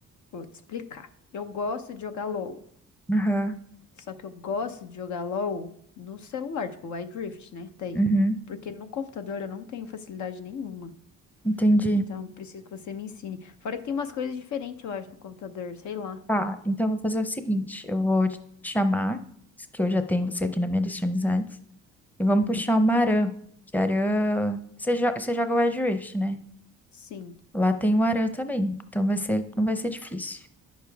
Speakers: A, on the left (about 70°); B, in the centre.
A: vou te explicar. Eu gosto de jogar LoL.
B: Aham.
A: Só que eu gosto de jogar LoL no celular, tipo, o iDrift, né? Daí.
B: Uhum.
A: Porque no computador eu não tenho facilidade nenhuma.
B: Entendi.
A: Então, preciso que você me ensine. Fora que tem umas coisas diferentes, eu acho, no computador, sei lá.
B: Tá, então eu vou fazer o seguinte: eu vou te chamar, que eu já tenho você aqui na minha lista de amizades, e vamos
A: Hum,
B: puxar uma Aran. Que Aran. Você, jo- você joga Wild Rift, né?
A: sim.
B: Lá tem o Aran também, então vai ser... não vai ser difícil.